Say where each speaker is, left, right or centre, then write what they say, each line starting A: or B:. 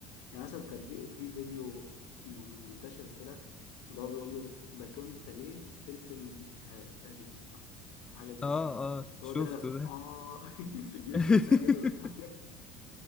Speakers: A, on the left; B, on the left.
A: يعني مثلا كان في في فيديو م- منتشر كده اللي هو بيقول له باتون ساليه بالسمسم هات تقريبا صح حاجة زي
B: آه
A: كده
B: آه
A: هو
B: شفته
A: تاني لك اه
B: ده
A: <laughs> نسيت اللي
B: <laughs>
A: انت بتعمله ده يا حبيبي